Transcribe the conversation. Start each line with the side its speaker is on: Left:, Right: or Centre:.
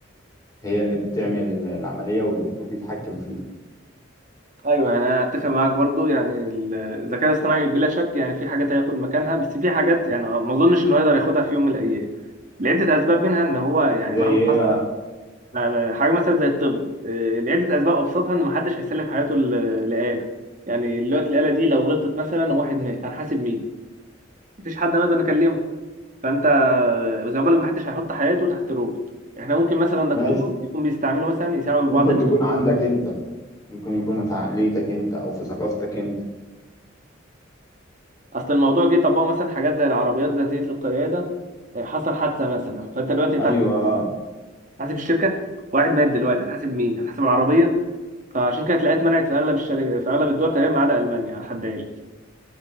Left: هي اللي بتعمل العمليه والدكتور بيتحكم فيها
Right: ايوه يعني انا اتفق معاك برضو يعني ال- الذكاء الاصطناعي بلا شك يعني في حاجات هياخد مكانها بس في حاجات يعني ما اظنش انه يقدر ياخدها في يوم من الايام لعده اسباب منها ان هو يعني
Left: زي
Right: مهما
Left: ايه
Right: حصل
Left: بقى
Right: ما- ما- حاجه مثلا زي الطب إيه، لعده اسباب ابسطها ان محدش هيسلم حياته ل- لآلة يعني دلوقتي الآلة دي لو غلطت مثلا وواحد مات هنحاسب مين مفيش حد نقدر نكلمه فانت وزي ما بقولك محدش هيحط حياته تحت روبوت احنا ممكن مثلا دكتور
Left: ماشي
Right: يكون بيستعمله مثلا يساعده
Left: ممكن
Right: في بعض الحاجات
Left: تكون عندك انت ممكن يكون في عقليتك انت او في ثقافتك انت
Right: اصل الموضوع جه طبقوا مثلا حاجات زي العربيات ذاتيه القياده آه، حصل حادثه مثلا فانت دلوقتي هتحاسب
Left: ايوه اه
Right: الشركه واحد مات دلوقتي هتحاسب مين هتحاسب العربيه فعشان كده تلاقيها اتمنعت في اغلب الشركات في اغلب الدول تقريبا ما عدا المانيا على حد علمي